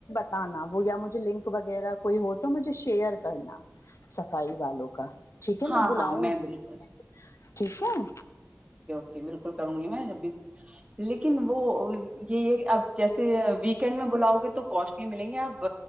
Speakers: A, on the left (about 75°); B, on the right (about 25°).
A: نا نا وہ گیاجھے لنک وغیرہ کوئی ہو تو مجھے شیئر کرنا صفائی والوں کا ٹھیک ہے
B: ہاں
A: میں بلاؤں
B: ہاں میں
A: گھی
B: بالکل
A: ٹھیک ہے
B: یہ بالکل کروں گی میں جب بھی لیکن وہ یہ ہے کہ اب جیسے ویکینڈ میں بلاؤ گے تو کوسٹلی ملیں گے آپ